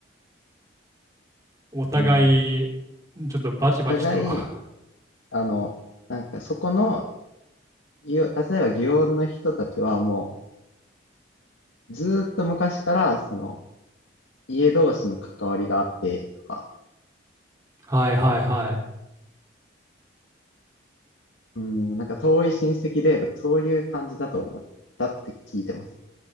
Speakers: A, on the right (about 15°); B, on the left (about 75°).
A: お互い、
B: うん。
A: ちょっとバチバチと
B: お互い、
A: <laughs> は
B: あの、なんかそこの、祇園例えば祇園の人たちはもう、ずーっと昔から、その、家同士の関わりがあってとか、
A: いはいはい。
B: うん、なんか遠い親戚でとか、そういう感じだと思ったって聞いてます。